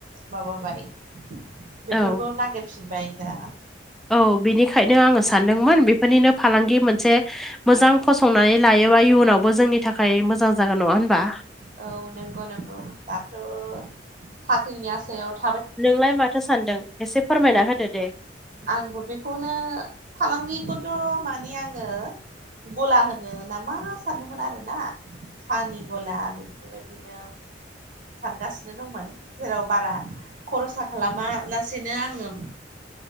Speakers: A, on the right; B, in the centre.
A: माबाबाय बेफोरखौ
B: औ
A: नागिरफिनबाय दा।
B: औ बिनिखायनो आङो सानदोंमोन बेफोरनिनो फालांगि मोनसे मोजां फसंनानै लायोबा इउनावबो जोंनि थाखाय मोजां जागोन नङा होनबा?
A: औ नंगौ नंगौ दाथ' साख्रिनि आसायावथ'
B: नोंलाय माथो सानदों एसे फोरमायना होदो दे।
A: आंबो बेखौनो फालांगिखौथ' माने आङो। गला होनो ना मा सानदोंमोन आरोना। सानि गला बेफोरबायदिनो सानगासिनो दंमोन जेराव बारा खरसा खालामा लासेनो आङो।